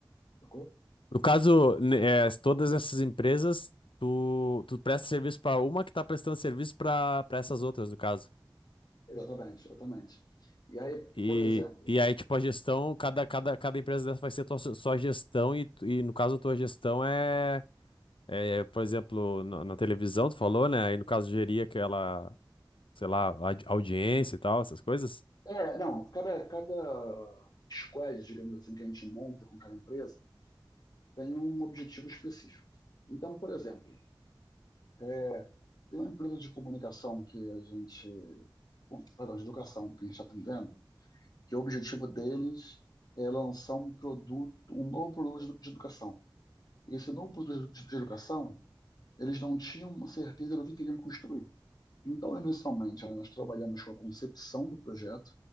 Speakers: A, on the left; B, on the left.
A: sacou?
B: No caso, ne- eh, todas essas empresas, tu, tu presta serviço para uma que tá prestando serviço para para essas outras, no caso.
A: Exatamente, exatamente. E aí,
B: E,
A: por exemplo,
B: e aí, tipo, a gestão, cada, cada, cada empresa dessa vai ser tua, sua gestão, e, tu- e no caso, a tua gestão é, é, por exemplo, na, na televisão, tu falou, né? Aí, no caso, gerir aquela, sei lá, audi- audiência e tal, essas coisas.
A: é, não, cada, cada squad, digamos assim, que a gente monta com cada empresa, tem um objetivo específico. Então, por exemplo, é, tem uma empresa de comunicação que a gente, perdão, de educação que a gente está atendendo, que o objetivo deles é lançar um produto, um novo produto de educação. esse novo produto de educação, eles não tinham certeza do que queriam construir. Então, inicialmente, né, nós trabalhamos com a concepção do projeto,